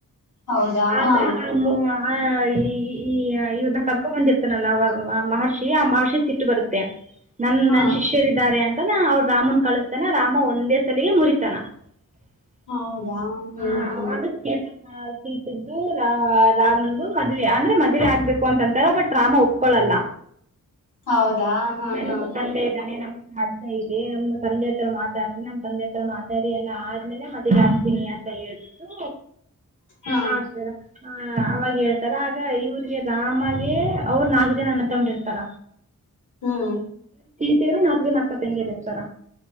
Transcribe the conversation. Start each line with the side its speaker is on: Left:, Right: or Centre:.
Left: ಹೌದಾ
Right: ಆಗ
Left: ಹಾ
Right: ಆ <unintelligible> ಆ ಈ ಈ ಇವ್ರನ್ನ ಕರ್ಕೊ ಬಂದಿರ್ತಾನಲ್ಲ ಅವ ಮಹರ್ಷಿ ಆ ಮಹರ್ಷಿ ಸಿಟ್ಟ ಬರುತ್ತೆ ನನ್
Left: ಹಾ
Right: ನನ್ನಾ ಶಿಷ್ಯರ ಇದಾರೆ ಅನ್ನತನ ಅವ ರಾಮನ ಕಳಸ್ತಾನ ರಾಮ ಒಂದೇ ಸಲಿಗೆ ಮುರಿತ ಮುರಿತನ
Left: ಹೌದಾ ಹ್ಮ್ ಹ್ಮ್
Right: ಅವಾಗ ಸೀತೆದ್ದು <unintelligible> ಹ ರಾಮಂದು ಮದುವೆ ಅಂದ್ರ ಮದುವೆ ಆಗ್ಬೇಕು ಅಂತ ಅನ್ನತಾರ ಬಟ್ ರಾಮ ಓಪ ಒಪ್ಕೋಳಲ್ಲ
Left: ಹೌದಾ ಹಾ
Right: ನನಗೂ
Left: ಹಾ
Right: ತಂದೆ ಇದ್ದಾನೆ ನಮ್ಮ ಅಜಯ್. ಏ ನಮ್ಮ್ ತಂದೆ ಹತ್ರ ಮಾತಾಡ್ರಿ ನಮ್ ತಂದೆ ಹತ್ರ ಮಾತಾಡಿ ಎಲ್ಲ ಅದ್ ಆಮೇಲೆ ಮದ್ವೆ ಹಾಗ್ತೀನಿ ಅಂತ ಹೇಳ್ಬಿಟ್ಟು
Left: ಹಾ
Right: ಆ ಸರ. ಹ ಅವಾಗ ಹೇಳ್ತಾರ ಆಗ ಇವ್ರಿಗೆ. ರಾಮಾಗೆ ಅವ್ರು ನಾಲ್ಕು ಜನ ಅಣ್ಣ ತಮ್ಮದಿರ್ ಸರ
Left: ಹ್ಮ್
Right: <unintelligible> ನಾಕ್ ಜನ ಅಕ್ಕ ತಂಗ್ಯರು. ಚರ